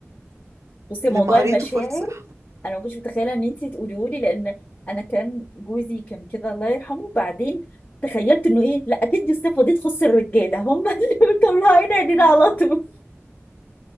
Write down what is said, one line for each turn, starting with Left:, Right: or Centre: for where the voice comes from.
Left: بصي موضوع
Right: لما قريته
Left: المشاعر
Right: فقلت صح
Left: انا ما كنتش متخيله ان انت تقوليه لي لان انا كان جوزي كان كده الله يرحمه بعدين تخيلت انه ايه لا اكيد دي الصفه دي تخص الرجاله هم <laughs> اللي مطلعين عينينا
Right: <laughs> مم.
Left: على طول